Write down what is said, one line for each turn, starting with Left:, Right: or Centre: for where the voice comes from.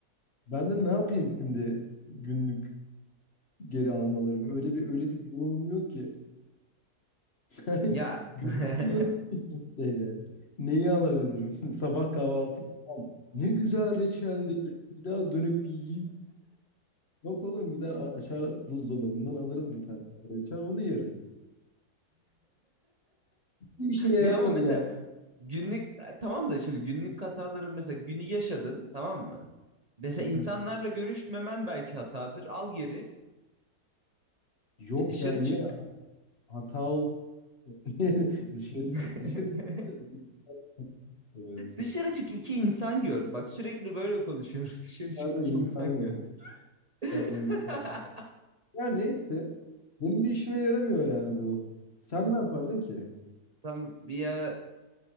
Left: Ben de ne yapayım şimdi günlük geri almalarım? Öyle bir öyle bir durumum yok ki. Yani
Right: Ya.
Left: <laughs> Görüşmüyorum
Right: <laughs>
Left: ki kimseyle. Neyi alabilirim? <laughs> Sabah kahvaltı yapmam. Ne güzel reçeldi. Bir daha dönüp bir yiyeyim. Yok oğlum gider a- açar buzdolabından alırım bir tane daha reçel onu yerim. Bir işime yaramadı
Right: Ya ama mesela
Left: yani.
Right: günlük tamam da şimdi günlük hataların mesela günü yaşadın tamam mı? Mesela
Left: <laughs>
Right: insanlarla görüşmemen belki hatadır. Al geri
Left: Yok
Right: bir dışarı
Left: ya niye
Right: çık.
Left: hata oldu <laughs> diye dışarı
Right: <laughs>
Left: çık dışarı çık. istemiyorum sana.
Right: Dışarı çık iki insan gör. Bak sürekli böyle konuşuyoruz. <laughs> Dışarı çık
Left: Dışarıda
Right: iki
Left: insan
Right: insan
Left: yok.
Right: gör. <laughs>
Left: Dışarıda insan yok. Ya neyse. Benim bir işime yaramıyor yani bu. Sen ne yapardın ki?
Right: tam bir ya-